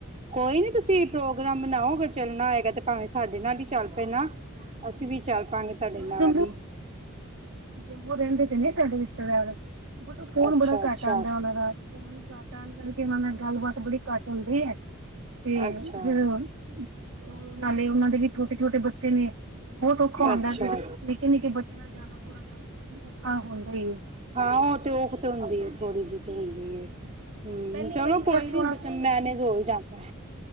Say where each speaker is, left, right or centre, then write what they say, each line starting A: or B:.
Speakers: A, on the right; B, on the right.
A: ਕੋਈ ਨੀ ਤੁਸੀਂ ਪ੍ਰੋਗਰਾਮ ਬਣਾਓ, ਅਗਰ ਚੱਲਣਾ ਹੋਏ ਗਾ ਤੇ ਭਾਵੇਂ ਸਾਡੇ ਨਾਲ ਹੀ ਚੱਲ ਪੈਣਾ। ਅਸੀਂ
B: ਹਾਂਜੀ।
A: ਵੀ ਚੱਲ ਪਾਂਗੇ ਤੁਹਾਡੇ
B: ਹਾਂ
A: ਨਾਲ
B: ਜੰਮੂ,
A: ਈ।
B: ਜੰਮੂ ਰਹਿੰਦੇ ਤੇ ਨੇ ਸਾਡੇ ਰਿਸ਼ਤੇਦਾਰ ਬੱਟ ਓ ਫੋਨ
A: ਅੱਛਾ
B: ਬੜਾ ਕੱਟ
A: ਅੱਛਾ
B: ਆਂਦਾ ਉਹਨਾਂ ਦਾ ਫੋ ਤਾਂ ਕਰਕੇ ਉਹਨਾਂ ਨਾਲ ਗੱਲਬਾਤ ਬੜੀ ਕੱਟ ਹੁੰਦੀ ਏ। ਤੇ
A: ਅੱਛਾ
B: ਹੁੰ, ਫਿਰ ਉਹ ਨਾਲੇ ਉਹਨਾਂ ਦੇ ਵੀ ਛੋਟੇ-ਛੋਟੇ ਬੱਚੇ ਨੇ। ਬਹੁਤ ਔਖਾ ਹੁੰਦਾ
A: ਅੱਛਾ
B: ਫਿਰ ਨਿੱਕੇ ਨਿੱਕੇ ਬੱਚਿਆਂ ਨਾਲ ਜਾਣਾ ਥੋੜਾ ਜਿਹਾ ਔਖਾ ਹੁੰਦਾ ਈ ਏ।
A: ਆ ਉਹ ਤੇ ਊਖ ਤੇ ਹੁੰਦੀ ਏ ਥੋੜੀ ਜੀ ਤੇ ਹੁੰਦੀ ਏ।
B: ਪਹਿਲੀ
A: ਹੁੰ, ਚਲੋ
B: ਵਾਰੀ ਵੀ
A: ਕੋਈ
B: ਅਸੀਂ
A: ਨੀ
B: ਉਹਨਾਂ
A: ਬ-ਮੈਨੇਜ
B: ਨਾਲ ਹੀ ਗਏ ਸੀ।
A: ਹੋ ਹੀ ਜਾਂਦੈ।